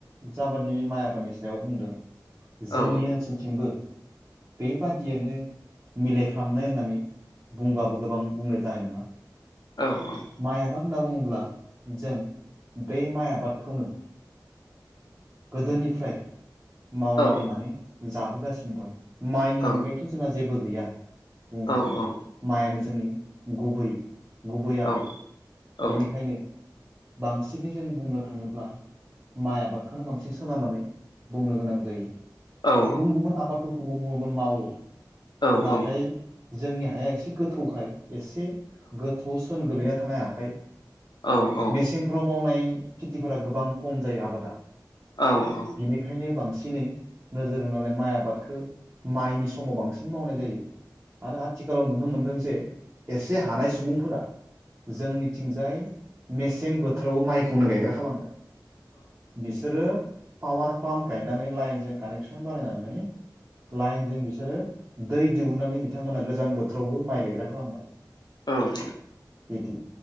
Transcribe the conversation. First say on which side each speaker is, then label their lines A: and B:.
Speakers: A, on the right; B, on the left.
A: जाबादि माइ आबादनि सायाव बुंदों जोंनि
B: औ
A: ओनसोलथिंबो बेबादियनो मिलायफ्रामनाय होननानै बुंबाबो गोबां बुंनाय जानाय नङा
B: औ औ
A: माइ आबाद होनना बुङोब्ला जों बे माइ आबादखौनो गोदोनिफ्राय मावनानै
B: औ
A: माने जाबोगासिनो दं माइनि
B: औ
A: अनगायैथ' जोंहा जेबो गैया बुंनो
B: औ
A: थांदों
B: औ
A: माइानो जोंनि गुबै गुबै आबाद
B: औ औ
A: बेनिखायनो बांसिनै जों बुंनो थाङोब्ला माइ आबाद बेखौनो बांसिन सोननानै बुंनो गोनां जायो
B: औ नोंथां औ
A: गुबुन गुबुन आबादफोरखौबो गुबुन गुबुन मावो
B: औ
A: नाथाय जोंनि हाया एसे गोथौखाय एसे गोथौ सोन गोलैना थानाय आखाइ
B: औ औ
A: मेसेंफ्राव मावनाय खेथिफोरा गोबां खम जायो आबादा
B: औ
A: बिनिखायनो बांसिनै नोजोर होनानै माइ आबादखौ माइनि समाव बांसिन मावनाय जायो आरो आथिखालाव नुनो मोनदों जे एसे हानाय सुबुंफोरा जोंनिथिंजाय मेसें बोथोरावबो माइखौनो गायग्रा खालामबाय बिसोरो पावार पाम्प गायनानै लाइनजों कानेकसन बानायनानै लाइनजों बिसोरो दै दिहुननानै बिथांमोना गोजां बोथोरावबो माइ गायग्रा खालामबाय
B: औ औ
A: बिदि